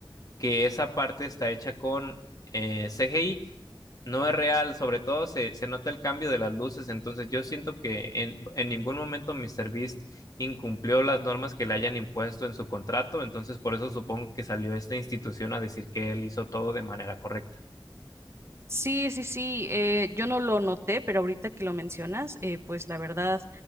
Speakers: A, on the left; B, on the right.
A: que esa parte está hecha con eh, CGI, no es real, sobre todo se, se nota el cambio de las luces, entonces yo siento que en, en ningún momento MrBeast incumplió las normas que le hayan impuesto en su contrato, entonces por eso supongo que salió esta institución a decir que él hizo todo de manera correcta.
B: Sí, sí, sí, eh, yo no lo noté, pero ahorita que lo mencionas, eh, pues la verdad